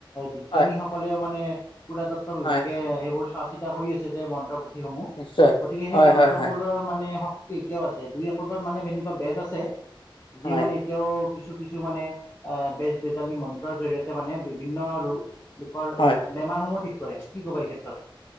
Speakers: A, on the left; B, on the left.
A: বিজ্ঞানীসকলেও
B: হয়
A: মানে পুৰাতত ত্ব বিভাগে
B: হয়
A: সেইবোৰ চোৱা চিতা কৰি আছে যে মন্ত্ৰ পুথিসমূহ
B: নিশ্চয়
A: গতিকে সেই
B: হয়
A: মন্ত্ৰবোৰৰ
B: হয় হয়
A: মানে শক্তি এতিয়াও আছে, দুই-একোজন মানে এনেকুৱা বেজ আছে যি
B: হয়
A: মানে এতিয়াও কিছু কিছু কিছু মানে আ বেজ-বেজালী মন্ত্ৰৰ জৰিয়তে মানে বিভিন্ন লো লোকৰ
B: হয়
A: বেমাৰসমূহ ঠিক কৰে, কি ক'বা এই ক্ষেত্ৰত?